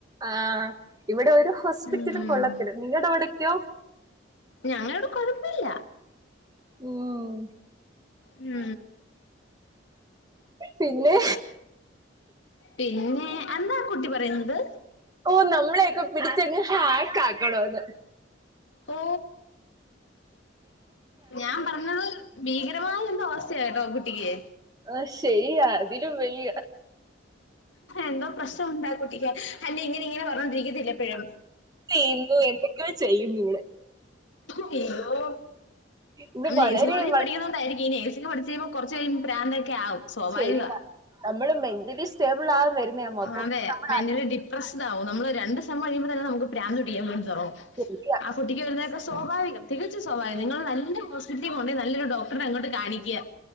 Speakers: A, on the right; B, on the left.
A: ആഹ് ഇവിടെ ഒരു ഹോസ്പിറ്റലും
B: ഉം
A: കൊള്ളത്തില്ല നിങ്ങളുടെ അവിടക്കെയോ?
B: ഞങ്ങളെവിടെ കൊഴപ്പില്ല.
A: ഉം
B: ഉം
A: പിന്നെ
B: പിന്നെ എന്താ ആ കുട്ടിപറയുന്നത്?
A: ഓ നമ്മളൊക്കെ പിടിച്ചങ്ങ് അക്കക്കാനൊന്ന്
B: ഓ ഞാൻ പറഞ്ഞത് ഭീകരമായ എന്ത അവസ്ഥയ കേട്ടോ കുട്ടിക്ക്
A: ആഹ് ശരിയാ അതിലും വലിയ
B: എന്തോ പ്രശ്നണ്ട കുട്ടിക്ക് അല്ലേ ഇങ്ങനെ ഇങ്ങനെ പറഞൊണ്ടിരിക്കത്തില്ല എപ്പോഴും
A: <inaudible> എന്തൊക്കെയാ ചെയ്യുന്നു ഇവൾ
B: അയ്യോ
A: ഇത്
B: നമ്മ
A: വളരെ
B: നേഴ്സിംഗ കോളേജിൽ
A: വളരെ
B: പഠിക്കുന്നത്ണ്ടായിരിക്കും ഈ നേഴ്സിംഗ പഠി ചെയുമ്പോ കൊറചെയ്യുമ്പോ പ്രാന്തൊക്കെ ആവും സ്വാഭാവിക
A: ശരിയാ നമ്മള് മെന്റലി സ്റ്റേബിൾ ആകും വരുന്നയാ മൊത്തത്തിൽ
B: അതെ
A: നമ്മൾ
B: മെന്റലിഡിപ്രസ്ഡ് ആകും നമ്മള് രണ്ട് ഴിയ്പ തന്നെ നമുക്ക് പ്രാന്ത് തുടിക്കാൻ വേണ്ടി തുടങ്ങും
A: ശരിയാ
B: ആ കുട്ടിക്ക് വരുന്നൊക്കെ സ്വാഭാവികം തികച്ച സ്വഭാവം നിങ്ങൾ നല്ല ഹോസ്പിറ്റലി കൊണ്ടേ നല്ലൊരു ഡോക്ടറെ അങ്ങോട്ട് കാണിക്യാ.